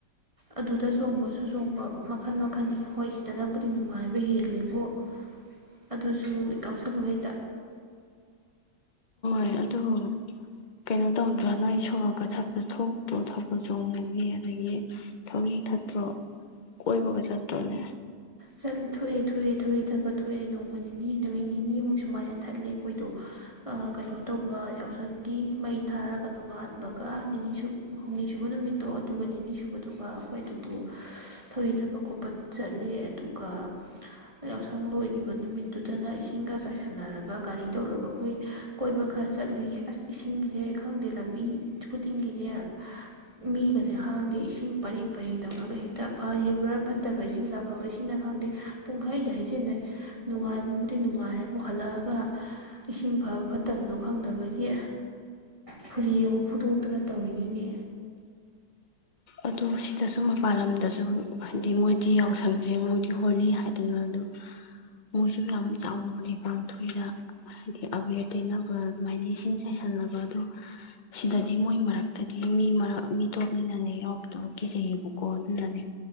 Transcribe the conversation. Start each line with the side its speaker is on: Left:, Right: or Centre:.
Right: ꯑꯗꯨꯗ ꯆꯣꯡꯕꯁꯨ ꯆꯣꯡꯕ ꯃꯈꯜ ꯃꯈꯜꯅꯤ ꯍꯣꯏ ꯁꯤꯗꯅꯕꯨꯗꯤ ꯅꯨꯡꯉꯥꯏꯕ ꯍꯦꯂꯦꯕꯨ ꯑꯗꯨꯁꯨ ꯀꯥꯎꯁꯂꯨꯉꯩꯗ
Left: ꯍꯣꯏ ꯑꯗꯨ ꯀꯩꯅꯣ ꯇꯧꯗ꯭ꯔꯥ ꯅꯪꯣꯏ ꯁꯣꯔꯣꯛꯀ ꯊꯠꯄ ꯊꯣꯛꯇ꯭ꯔꯣ ꯊꯕ ꯆꯣꯡꯕꯒꯤ ꯑꯗꯒꯤ ꯊꯧꯔꯤ ꯊꯠꯇ꯭ꯔꯣ ꯀꯣꯏꯕꯒ ꯆꯠꯇꯔ꯭ꯣꯅꯦ
Right: ꯆꯠꯂ ꯊꯣꯛꯑꯦ ꯊꯣꯛꯑꯦ ꯊꯧꯔꯤ ꯊꯠꯄ ꯊꯣꯛꯑꯦ ꯅꯣꯡꯃ ꯅꯤꯅꯤ ꯅꯨꯃꯤꯠ ꯅꯤꯅꯤꯃꯨꯛ ꯁꯨꯃꯥꯏꯅ ꯊꯠꯂꯦ ꯑꯩꯈꯣꯏꯗꯣ ꯀꯩꯅꯣ ꯇꯧꯕ ꯌꯥꯎꯁꯪꯒꯤ ꯃꯩ ꯊꯥꯔꯒ ꯅꯣꯡꯉꯥꯟꯕꯒ ꯅꯤꯅꯤ ꯍꯨꯝꯅꯤ ꯁꯨꯕ ꯅꯨꯃꯤꯠꯇꯣ ꯑꯗꯨꯒ ꯅꯤꯅꯤ ꯁꯨꯕꯗꯨꯒ ꯑꯩꯈꯣꯏ ꯑꯗꯨꯗ ꯊꯧꯔꯤ ꯊꯠꯄ ꯈꯣꯠꯄ ꯆꯠꯂꯦ ꯑꯗꯨꯒ ꯌꯥꯎꯁꯪ ꯂꯣꯏꯈꯤꯕ ꯅꯨꯃꯤꯠꯇꯨꯗꯅ ꯏꯁꯤꯡꯒ ꯆꯥꯏꯁꯟꯅꯔꯒ ꯒꯥꯔꯤ ꯇꯧꯔꯒ ꯑꯩꯈꯣꯏ ꯀꯣꯏꯕ ꯈꯔ ꯆꯠꯂꯨꯏꯌꯦ ꯑꯁ ꯏꯁꯤꯡꯁꯦ ꯈꯪꯗꯦ ꯂꯝꯕꯤ ꯈꯨꯗꯤꯡꯒꯤꯅꯦ ꯃꯤꯒꯁꯦ ꯍꯥꯡꯗꯦ ꯏꯁꯤꯡ ꯄꯔꯦꯡ ꯄꯔꯦꯡ ꯇꯧꯔꯒ ꯍꯦꯛꯇ ꯐꯔꯤꯕ꯭ꯔꯥ ꯐꯠꯇꯕ ꯏꯁꯤꯡꯗ ꯑꯐꯕ ꯏꯁꯤꯡꯅ ꯈꯪꯗꯦ ꯄꯨꯡꯈꯩꯗꯤ ꯍꯩꯖꯤꯟꯅꯩ ꯅꯨꯡꯉꯥꯏꯕꯕꯨꯗꯤ ꯅꯨꯡꯉꯥꯏꯕꯨ ꯍꯜꯂꯛꯑꯒ ꯏꯁꯤꯡ ꯐꯕ ꯐꯠꯇꯕꯗꯣ ꯈꯪꯗꯕꯒꯤ ꯐꯨꯔꯤ ꯑꯃ ꯐꯨꯠꯇꯣꯛꯇꯅ ꯇꯧꯔꯤꯅꯤꯅꯤ
Left: ꯑꯗꯨ ꯁꯤꯗꯁꯨ ꯃꯄꯥꯟ ꯂꯝꯗꯁꯨ ꯍꯥꯏꯗꯤ ꯃꯣꯏꯗꯤ ꯌꯥꯎꯁꯪꯁꯦ ꯃꯣꯏꯗꯤ ꯍꯣꯜꯂꯤ ꯍꯥꯏꯗꯅ ꯑꯗꯨ ꯃꯣꯏꯁꯨ ꯌꯥꯝ ꯆꯥꯎꯅꯕꯨꯗꯤ ꯄꯥꯡꯊꯣꯛꯏꯔ ꯍꯥꯏꯗꯤ ꯑꯕꯦꯔ ꯇꯩꯅꯕ ꯑꯗꯨꯃꯥꯏꯅ ꯏꯁꯤꯡ ꯆꯥꯏꯁꯟꯅꯕ ꯑꯗꯨ ꯁꯤꯗꯗꯤ ꯃꯣꯏ ꯃꯔꯛꯇꯗꯤ ꯃꯤ ꯃꯔꯛ ꯃꯤ ꯇꯣꯞꯂꯤꯅꯅꯦ ꯌꯥꯎ ꯇ ꯀꯤꯖꯩꯑꯕꯀꯣ ꯑꯗꯨꯅꯅꯦ